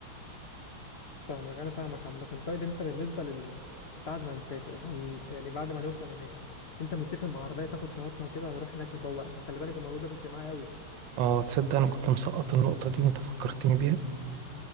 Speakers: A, on the left; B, on the right.
A: فاهمك انا فاهمك عامه طيب انت بالنسبه لل بعد ما نسافر هن... يعني بعد ما نوصل هناك انت متفق مع عربيه تاخد شنطنا وكده هنروح هناك ندور عشان خلي بالك الموضوع ده بيفرق معايا قوي
B: اه تصدق انا كنت مسقط النقطة دي وانت فكرتني